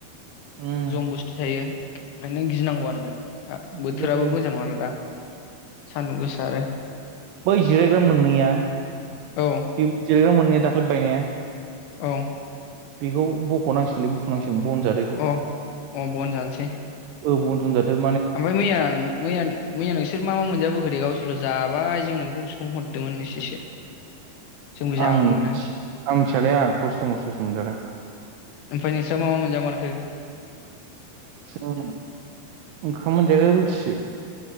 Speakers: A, on the right; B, on the left.
A: उम
B: जम बुस्थु थायो ओंखायनो गिनांगौ आरो दा
A: दिगदार
B: बोथोराबो
A: जायो
B: मोजां नङाना दा। सान्दुं गोसा आरो
A: बै जिरायग्रा मोननैया
B: औ
A: बे जिराग्रा मोनैया दाख्लै बायनाया
B: औ
A: बेखौ बखनांसिगोनलै बुखुनांसिगोन बन जादो
B: अ अ बन जानोसै
A: ओ बन जनजादो
B: ओमफाय मैया मैया मैया नोंसोर मा मा मोनजाबोखो दे गावसोरल' जाबाय जोंनोबो खमसे खम हरदोंमोन एसेसो <inaudible> जोंबो जागौमोन
A: आं आं
B: ना
A: मिथियालोय आंहा खस्थ' मस्थ'सो मोनजादों
B: ओमफाय नोंस्रा मा मा मोनजा मारखो
A: जों ओंखाम मोनजायाखै रुथिसो